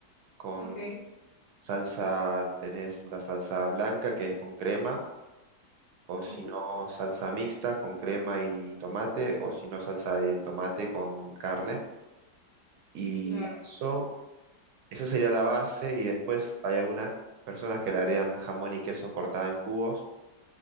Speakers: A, on the right; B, on the left.
A: con
B: Ok,
A: salsa, tenés la salsa blanca que es con crema O
B: ujú,
A: si no, salsa mixta con crema y tomate, o si no, salsa de tomate con carne. Y
B: Claro,
A: eso, esa sería la base. Y después hay algunas personas que le agregan jamón y queso cortada en cubos.